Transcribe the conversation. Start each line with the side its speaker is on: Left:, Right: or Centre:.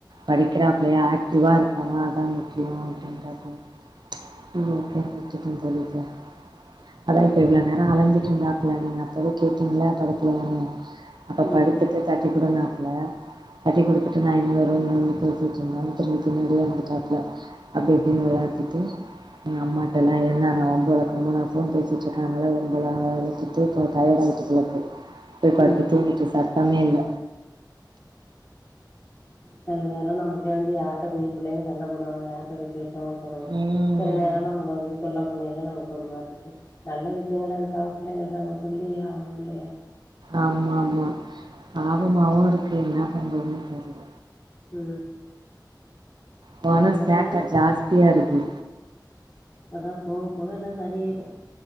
Right: படிக்கிறாப்புளையா ஆக்ட்டிவா இருக்கானா அதா முக்கியோ அப்டின்றாப்புல ம் ஓகே <unintelligible> தோழி இப்ப அதா இப்ப இவ்ள நேர அழஞ்சிட்ருந்தாப்புல <unintelligible> ப கேட்டீங்ள படுக்கலையானு அப்ப
Left: ம்.
Right: படுத்துட்டு தட்டி குடுனாப்ல தட்டி குடுத்துட்டு நா இன்னொரு ரூம்ல வந்து பேசிட்ருந்தே திரும்பி பின்னாடியே வந்துடாப்ல அப்டி இப்டினு வெளாத்திட்டு எங்க அம்மாட்டல என்னான வம்பு வளக்கணுமோ நா ஃபோன் பேசிட்ருக்காங்கள வம்பல்லா வளத்துட்டு டயடாய்ட்டு போலர்க்கு போய் படுத்து
Left: ம்.
Right: தூங்கிட்டு சத்தமே இல்ல
Left: செல நேரொ நமக்கே வந்து யார்ட்ட போய் பிள்ளைங்க சண்ட போடுவாங்க யார்ட்ட போய் பேசுவாங்கன் தோணு
Right: ம்.
Left: செல நேரோ நம்மள வந்து தொல்ல பண்ணயில்ல நமக்கு ஒரு மார் இருக்கு நல்ல விஷயங்கள் அதுக்கா பிள்ளைங்கள்ட்ட நம்ம சொல்லியே ஆவணு இல்லையா
Right: ஆமாமா பாவமாவு இருக்கு என்ன பண்றதுன் தெர்ல
Left: ம்
Right: பண
Left: போக போக
Right: சேட்ட
Left: எல்லாம்
Right: ஜாஸ்தியா இருக்கு
Left: இப்பதா போக போக எல்லா சரியாயிடு